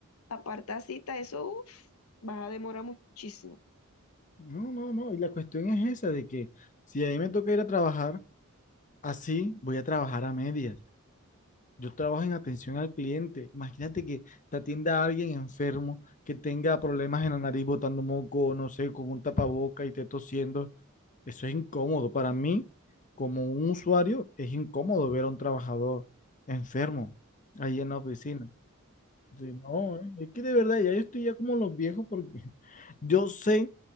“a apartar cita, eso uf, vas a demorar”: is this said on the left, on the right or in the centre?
Left